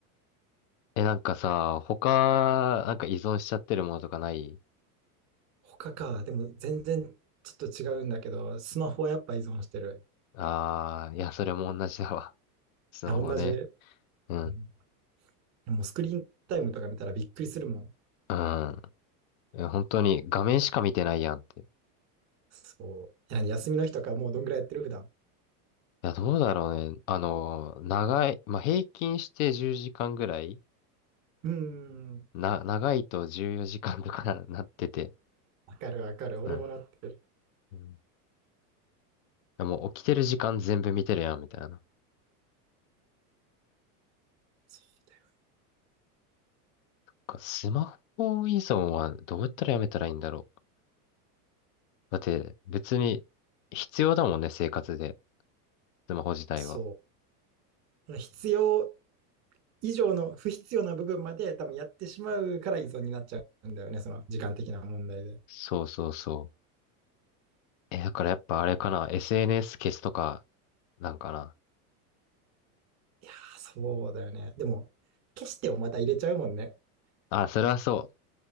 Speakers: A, on the left; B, on the right.
A: え、なんかさ、他、なんか依存しちゃってるものとかない
B: 他か。でも全然ちょっと違うんだけど、スマホはやっぱ依存してる。
A: ああー、いや、それも同じだわ。スマホね。
B: いや、同じ。う
A: うん。
B: んでもスクリーンタイムとか見たらびっくりするもん。
A: うん。いや、本当に画面しか見てないやんって。い
B: そう。何休みの日とかもうどんぐらいやってる普段。
A: や、どうだろうね。あの、長い、まあ、平均して10時間ぐらい
B: うーん。
A: な、長いと14時間とか <laughs> なってて、
B: わかるわかる。俺もなってる。
A: うん。うんもう起きてる時間全部見てるやん、みたいな。なん
B: そうだよ。
A: かスマホ依存はどうやったらやめたらいいんだろう。だって別に必要だもんね、生活で。スマホ自体は。
B: そう。必要以上の不必要な部分まで多分やってしまうから依存になっちゃうんだよね。その時間的な問題で。
A: そうそうそう。え、だからやっぱあれかな。SNS 消すとか、なんかな。
B: いやー、そうだよね。でも、消してもまた入れちゃうもんね。
A: あ、それはそう。